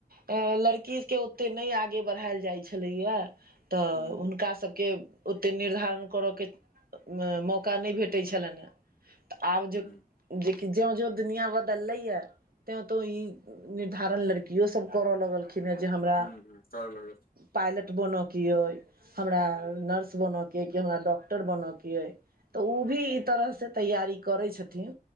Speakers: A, on the right; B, on the left.
A: लड़कीके ओतेक नहि आगे बढ़ायल जाइ छलैए तऽ
B: ह
A: हुनका सबके ओतेक निर्धारण करऽके मौ मोका नहि भेटैत छलनि हँ तऽ आब
B: ह
A: ज जेकि ज्यों ज्योँ दुनिआ बदललैएँ तैँ तऽ ई निर्धारण लड़कियोसभ करय लगलखिन हेँ जे हमरा
B: ह कर लग
A: पायलट बनऽके अइ हमरा नर्स बनऽके अइ कि हमरा डॉक्टर बनऽके अइ तऽ ओ भी ई तरहसँ तैयारी करै छथिन